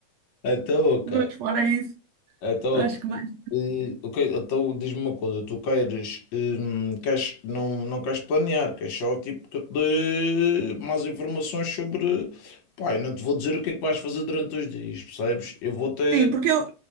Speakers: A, on the left; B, on the right.
A: Então, ok.
B: Mas fora isso,
A: Então,
B: acho
A: ok.
B: que mais.
A: Eh, ok, então diz-me uma coisa, tu queres, hum, queres não, não queres planear, queres só tipo que eu te dê mais informações sobre. Pai, não te vou dizer o que é que vais fazer durante os dias, percebes? Eu vou ter.
B: Sim, porque eu.